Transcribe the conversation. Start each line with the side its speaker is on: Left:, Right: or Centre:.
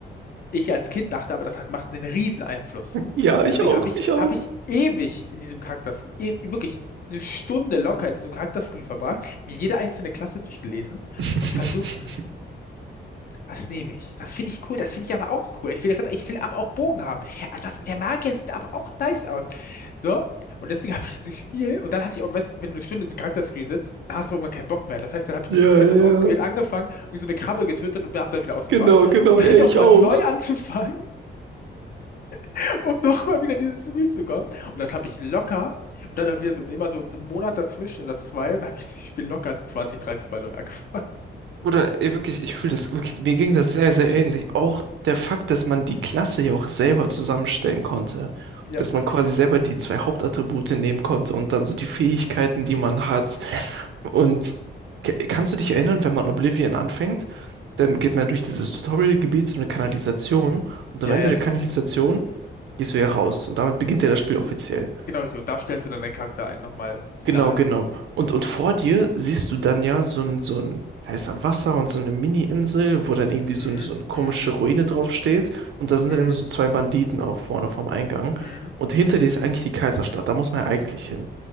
Left: ich als Kind dachte aber, das hat, macht einen riesen Einfluss.
Right: Ja,
Left: Und
Right: ich
Left: deswegen
Right: auch,
Left: habe ich,
Right: ich auch.
Left: habe ich ewig in diesem Charakter, e wirklich eine Stunde locker in diesem Charakterscreen verbracht, mir jede einzelne Klasse durchgelesen
Right: <laughs>
Left: und versucht, hm, was nehme ich? Das finde ich cool. Das finde ich aber auch cool. Ich will, Ritter- ich will aber auch Bogen haben. Ach, das, der Magier sieht aber auch nice aus. So, und deswegen <laughs> habe ich dieses Spiel. Und dann hatte ich auch, weißt du, wenn du eine Stunde so Charakterscreen sitzt, dann hast du irgendwann keinen Bock mehr. Das heißt, dann habe ich
Right: Ja,
Left: das Spiel, habe
Right: ja,
Left: das ausgewählt,
Right: ja,
Left: angefangen, irgendwie so eine Krabbe getötet und habe dann wieder ausgemacht,
Right: genau, genau,
Left: um dann
Right: ja, ich
Left: nochmal
Right: auch.
Left: neu anzufangen, <laughs> um nochmal wieder dieses Spiel zu kommen. Und das habe ich locker. Und dann wieder so immer so einen Monat dazwischen oder zwei. Und dann habe ich das Spiel locker 20, 30 Mal neu angefangen.
Right: Oder ey, wirklich, ich fühle das wirklich, mir ging das sehr, sehr ähnlich. Auch der Fakt, dass man die Klasse ja auch selber zusammenstellen konnte.
Left: Ja.
Right: Dass man quasi selber die zwei Hauptattribute nehmen konnte und dann so die Fähigkeiten, die man hat. Und k- kannst du dich erinnern, wenn man Oblivion anfängt, dann geht man durch dieses Tutorial-Gebiet zu einer Kanalisation
Left: Mhm.
Right: und
Left: Ja,
Right: am Ende
Left: ja,
Right: der
Left: dieses,
Right: Kanalisation gehst du ja raus und damit beginnt ja das Spiel offiziell.
Left: Genau, richtig. Und da stellst du dann deinen Charakter ein, nochmal final.
Right: Genau, genau. Und, und vor dir siehst du dann ja so ein, so ein, da ist dann Wasser und so eine Mini-Insel, wo dann irgendwie so,
Left: Mhm,
Right: ein, so eine komische
Left: mhm,
Right: Ruine drauf steht. Und da sind
Left: mhm,
Right: dann immer so zwei Banditen auch vorne vom Eingang.
Left: mhm,
Right: Und hinter dir ist eigentlich die Kaiserstadt. Da muss man ja eigentlich hin.